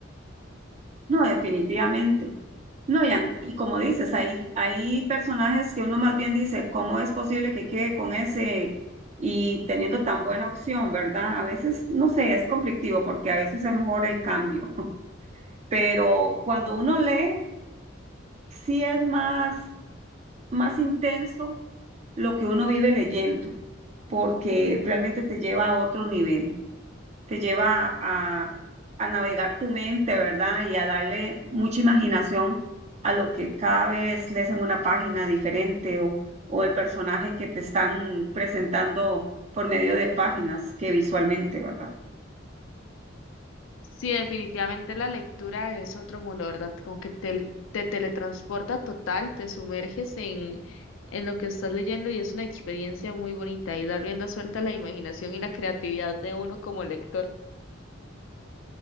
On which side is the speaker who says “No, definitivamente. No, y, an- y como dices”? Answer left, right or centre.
Right